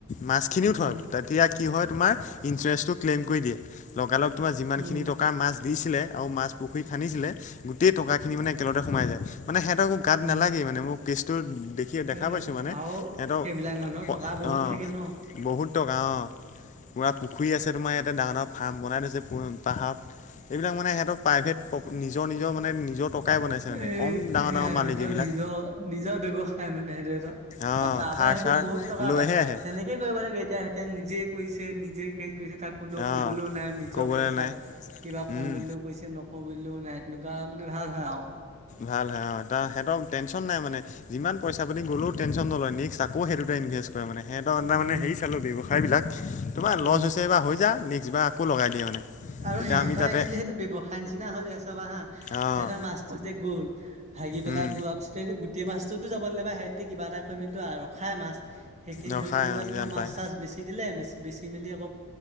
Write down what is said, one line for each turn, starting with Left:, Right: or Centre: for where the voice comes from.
Left: মাছখিনিও
Right: উম
Left: থয় তেতিয়া কি হয় তোমাৰ ইঞ্চোৰেঞ্চটো ক্লেম কৰি দিয়ে লগা লগ তোমাৰ যিমান
Right: উম
Left: খিনি টকাৰ মাছ দিছিলে আওঁ মাছ পুখুৰী খান্দিছিলে গোটেই টকা খিনি মানে একেলগতে শুমাই যায় মানে সিহঁতৰ একো গাত
Right: উম
Left: নালাগেই মানে মোক কেছটোত দেখিয়ে দেখা
Right: আৰে
Left: পাইছোঁ মানে
Right: আৰু
Left: সিহঁতক
Right: সেইবিলাক মানুহৰ
Left: অ,
Right: টকা বহুত থাকে ন।
Left: বহুত টকা অ, পুৰা পুখুৰী আছে তোমাৰ ইয়াতে ডাঙৰ - ডাঙৰ ফাৰ্ম বনাই থৈছে পাহাৰত এইবিলাক মানে সিহঁতৰ প্ৰাইভেট <unintelligible> নিজৰ- নিজৰ মানে নিজৰ টকাই বনাইছে
Right: এ
Left: মানে
Right: সেয়াই
Left: কম ডাঙৰ ডাঙৰ মালিক
Right: সিহঁতৰ
Left: এইবিলাক।
Right: নিজৰ নিজা মানে সিহতেৰ এটা।
Left: অঁ
Right: অ, তাৰ
Left: থাৰ
Right: পাই সিহতি
Left: চাৰ
Right: বহুত টকা
Left: লৈহে
Right: পায়
Left: আহে
Right: তেনেক কি কৰিব লাগে এতিয়া-এতিয়া নিজে কৰিছে, নিজে হেৰি কৰিছে তাক কোনেও
Left: অঁ
Right: কবলেও নাই নিজৰ
Left: ক'বলৈ
Right: পইচা
Left: নাই।
Right: কিবা কওঁ
Left: উম
Right: বুলিও কৈছে নক অ, বুলিলেও নাই, তেনেকুৱা মানে ভাল হয় আৰু।
Left: ভাল হয় অ, ত' সিহঁতক টেনচন নাই মানে। যিমান পইচা-পাতি গ'লও টেনচন নলয় নেক্সট আকৌ সেইটোতে ইনভেষ্ট তই মানে সিহঁতৰ আন্দাৰত মানে
Right: উম,
Left: হেৰি চালোঁ ব্যৱসায়বিলাক তোমাৰ লছ
Right: উম।
Left: হৈছে বা হৈ যা নেক্সটবাৰ আকৌ লগাই দিয়ে মানে।
Right: আৰু
Left: এতিয়া
Right: সেহঁতৰ
Left: আমি তাতে
Right: একচুলি সেইটো ব্যৱসায় নিচিনা হৈ যায় চাবা হা
Left: অঁ
Right: সিহঁতৰ মাছটো যে গ'ল ভাগি পেলাই
Left: উম
Right: গোৱাৰ পিছত গোটেই মাছটোতো যাবলে নেপাই সিইতি কিবা এটা কৰি মেলিতো আৰু ৰখাই মাছ। সেইখিনি
Left: ৰখাই
Right: ধৰি লৈ গ'লে,
Left: অঁ
Right: তোমাৰ
Left: জ্ঞান
Right: মাছ-চাছ
Left: পায়
Right: বেছি দিলে, মেছি বেচি মেলি অকৌ,